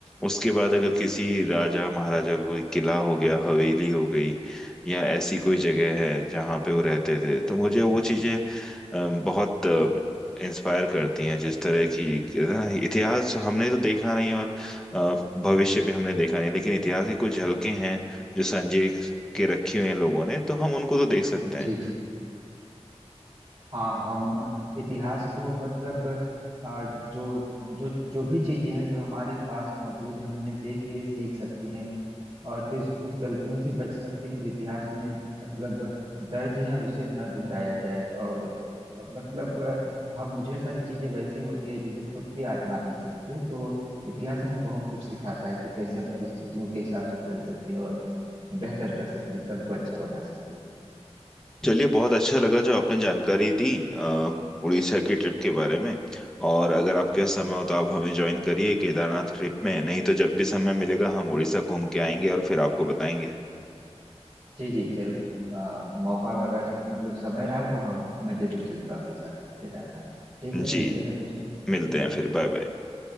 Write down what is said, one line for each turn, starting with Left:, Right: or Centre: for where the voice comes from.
Centre: उसके बाद अगर किसी राजा महाराजा का कोई किला हो गया हवेली हो गई या ऐसी कोई जगह है जहाँ पे वो रहते थे तो मुझे वो चीजें अम, बहुत इंस्पायर करती हैं जिस तरह की कि ना इतिहास हमने तो देखा नहीं और अ, भविष्य भी हमने देखा नहीं लेकिन इतिहास की कुछ झलकें हैं जो संजय के रखी हुई हैं लोगों ने तो हम उनको तो देख सकते
Right: जी
Centre: हैं
Right: जी हाँ हम अ, इतिहास को मतलब अ, जो जो जो भी चीजें हैं जो हमारे पास मौजूद है हम उन्हें देख के सीख सकते हैं और फिर उस गलतियों से बच सकते हैं जो इतिहास में मतलब दर्ज हैं और उसे न दोहराया जाए और अ, मतलब अ, हम ढेर सारी चीजें वैसी होती है जिसे खुद भी आजमा नहीं सकते तो इतिहास हमें बहुत कुछ सिखाता है कि कैसे हम परिस्थितियों के हिसाब से चल सकते हैं और बेहतर कर सकते हैं कल को अच्छा बना सकते हैं
Centre: चलिए बहुत अच्छा लगा जो आपने जानकारी दी अ, उड़ीसा की ट्रिप के बारे में और अगर आपके पास समय हो तो आप हमें ज्वाइन करिए केदारनाथ ट्रिप में नहीं तो जब भी समय मिलेगा हम उड़ीसा घूम के आएंगे और फिर आपको बताएंगे
Right: जी जी जरूर अ, मौका अगर मतलब समय रहा तो हम मैं जरूर चलूंगा आपके साथ केदारनाथ ठीक है
Centre: जी
Right: मिलते हैं फिर
Centre: मिलते हैं फिर Bye bye